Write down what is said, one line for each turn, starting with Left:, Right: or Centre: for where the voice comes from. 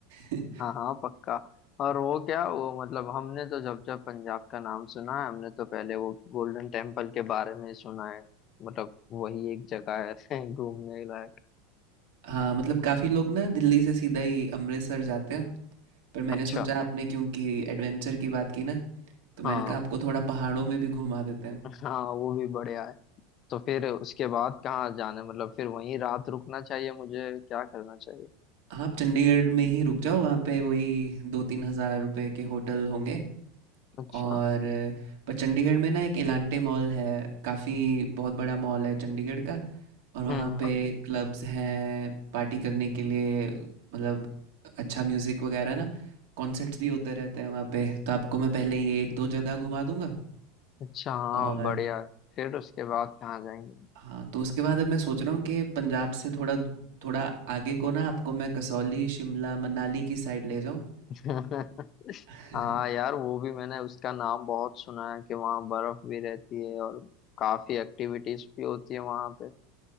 Right: <laughs>
Left: हाँ हाँ पक्का और वो क्या वो मतलब हमने तो जब जब पंजाब का नाम सुना है हमने तो पहले वो गोल्डन टेम्पल के बारे में सुना है मतलब वही एक जगह है <laughs> घूमने लायक
Right: हाँ मतलब काफ़ी लोग ना दिल्ली से सीधा ही अमृतसर जाते हैं पर मैंने
Left: अच्छा
Right: सोचा आपने क्योंकि एडवेंचर की बात की ना तो मैंने
Left: हाँ
Right: कहा आपको थोड़ा पहाड़ों में भी घुमा देते हैं
Left: हाँ वो भी बढ़िया है तो फिर उसके बाद कहाँ जाना है मतलब फिर वहीं रात रुकना चाहिए मुझे क्या करना चाहिए
Right: हाँ, आप चंडीगढ़ में ही रुक जाओ वहाँ पे वही दो तीन हज़ार रुपए के होटल होंगे
Left: अच्छा
Right: और पर चंडीगढ़ में ना एक इलांटे मॉल है काफ़ी बहुत बड़ा मॉल है चंडीगढ़ का और वहाँ
Left: हम्म
Right: पे
Left: हम्म।
Right: क्लब्स हैं पार्टी करने के लिए मतलब अच्छा म्यूज़िक वगैरह ना कॉन्सर्ट्स भी होते रहते हैं वहाँ पे तो आपको मैं पहले ये एक दो जगह घुमा दूंगा
Left: अच्छा हाँ
Right: और
Left: बढ़िया है फिर उसके बाद कहाँ जाएंगे
Right: हाँ तो उसके बाद अब मैं सोच रहा हूँ कि पंजाब से थोड़ा थोड़ा आगे को ना आपको मैं कसौली शिमला मनाली की साइड ले जाऊँ
Left: <laughs>
Right: <laughs>
Left: हाँ यार वो भी मैंने उसका नाम बहुत सुना है कि वहाँ बर्फ भी रहती है और काफी एक्टिविटीज भी होती है वहाँ पे